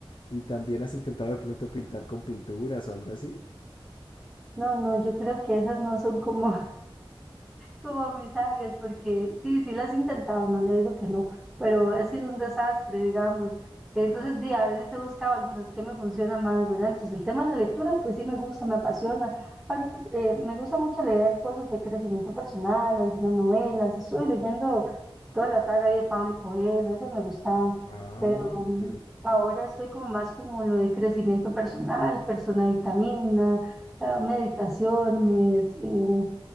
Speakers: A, on the left; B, in the centre.
A: ¿Y también has intentado de pronto pintar con pinturas o algo así?
B: No, no, yo creo que esas no son como, como mis áreas, porque sí, sí las he intentado, no le digo que no, pero ha sido un desastre, digamos. Entonces, di, a veces he buscado algunas que me funcionan más, ¿verdad? Entonces, el tema de la lectura, pues sí me gusta, me apasiona. Ahorita eh, me gusta mucho leer cosas de crecimiento personal, algunas novelas. Estuve leyendo toda la saga ahí de Pablo Coelho, esas me gustaban,
A: Ah,
B: pero
A: ok.
B: mm, ahora estoy como más como lo de crecimiento personal, persona vitamina, eh, meditaciones, eh,